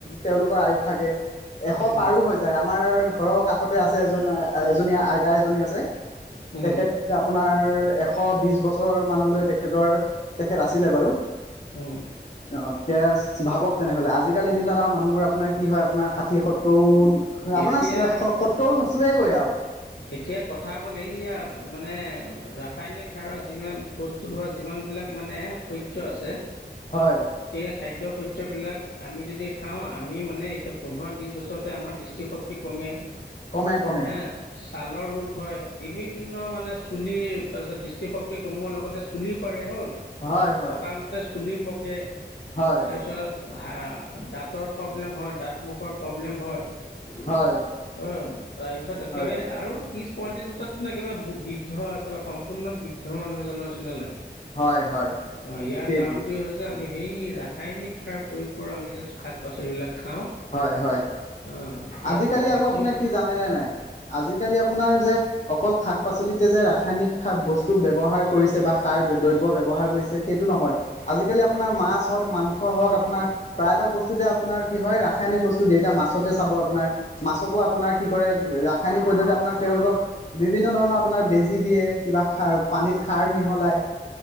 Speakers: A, on the left (about 40°); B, on the left (about 65°).
A: তেওঁলোকৰ আয়ুস থাকে এশ
B: উম
A: পাৰো হৈ যায় আমাৰ ঘৰৰ কাষতে আছে এজন এজনী আইতা এজনী আছে
B: উম
A: তেখেত আপোনাৰ এশ বিছ বছৰ মানলৈ তেখেতৰ তেখেত আছিলে বাৰু
B: অ
A: অ তে ভাবক তেনেহ'লে আজিকালিৰ দিনত আৰু মানুহবোৰ আপোনাৰ কি হয় আপোনাৰ ষাঠি সত্তৰ
B: এতিয়া
A: আপোনাৰ সত্তৰ নোচোৱে গৈ আৰু
B: এতিয়া কথা হ'ল এইয়া মানে ৰাসায়নিক সাৰত যিমান প্ৰস্তুত হোৱা যিমান বিলাক মানে শস্য আছে
A: হয়
B: সেই খাদ্য শস্যবিলাক আমি যদি খাওঁ আমি মানে এতিয়া পোন্ধৰ বিছ বছৰতে আমাৰ সৃষ্টি শক্তি কমে
A: কমে কমে
B: হ ছালৰ ৰোগ হয় বিভিন্ন মানে চুলিৰ তাৰপিছত দৃষ্টিশক্তি কমোৱাৰ লগতে চুলি সৰে হ'ল
A: হয় হয়
B: অকালতে চুলি পকে
A: হয়
B: তাৰপিছত হ দাঁতৰ প্ৰব্লেম হয় দাঁত মুখৰ প্ৰব্লেম হয়
A: হয়
B: অ', তাৰপিছত একেবাৰে
A: হয়
B: আৰু ত্ৰিছ পঁয়ত্ৰিছ বছৰতোন একেব বৃদ্ধ একোৰে সম্পূৰ্ণ বৃদ্ধ মানুহ এজনৰ নিচিনা লাগে
A: হয় হয়
B: অ ইয়াৰ
A: সেইটোৱে
B: কাৰণটোে হৈছে আমি সেই ৰাসায়নিক সাৰ প্ৰয়োগ কৰো আমি যেন শাক পাচলিবিলাক খাওঁ
A: হয় হয়
B: অঁ ইয়াৰ
A: আজিকালি
B: প্ৰভাৱটো
A: আকৌ আপোনাৰ কি জানেনে নাই আজিকালি আপোনাৰ যে অকল শাক পাচলিতে যে ৰাসায়নিক সাৰ বস্তু ব্যৱহাৰ কৰিছে বা সাৰ দ্ৰব্য ব্যৱহাৰ কৰিছে সেইটো নহয় আজিকালি আপোনাৰ মাছ হওক মাংস হওক আপোনাৰ প্ৰায়ভাগ বস্তুতে আপোনাৰ কি হয় ৰা ৰাসায়নিক বস্তু দিয় এতিয়া মাছতে চাব আপোনাৰ মাছকো আপোনাৰ কি কৰে ৰাসায়নিক পদ্ধতি আপোনাক তেওঁলোকক বিভিন্ন ধৰণৰ আপোনাৰ বেজি দিয়ে কিবা সাৰ পানীত সাৰ মিহলাই